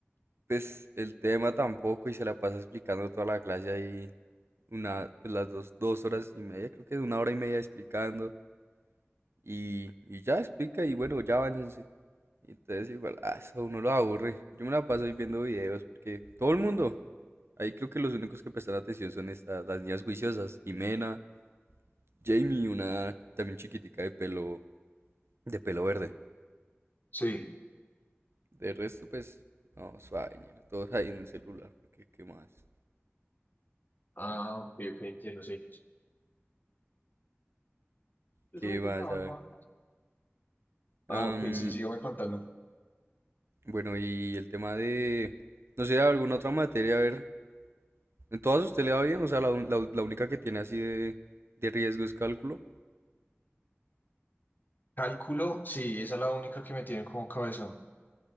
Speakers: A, on the right (about 65°); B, on the left (about 45°).
A: pues el tema tampoco y se la pasa explicando toda la clase ahí una, pues las dos, dos horas y media, creo que es una hora y media explicando y, y ya explica y bueno, ya váyanse. Entonces igual, ah, eso a uno lo aburre. Yo me la paso ahí viendo videos porque todo el mundo, ahí creo que los únicos que prestan atención son estas, las niñas juiciosas, Jimena, Jamie, una también chiquitica de pelo, de pelo verde.
B: sí.
A: De resto, pues, no, suave, ñero, todos ahí en el celular, porque qué más,
B: Ah, ok, ok, entiendo, sí. Es
A: qué
B: un microtrabajo.
A: más, a ver. Am,
B: Ah, ok, sí, sígame contando.
A: Bueno, y el tema de, no sé, alguna otra materia, a ver, en todas usted le va bien, o sea, la, un- la u- la única que tiene así de, de riesgo es cálculo,
B: Cálculo, sí, esa es la única que me tiene como cabezón.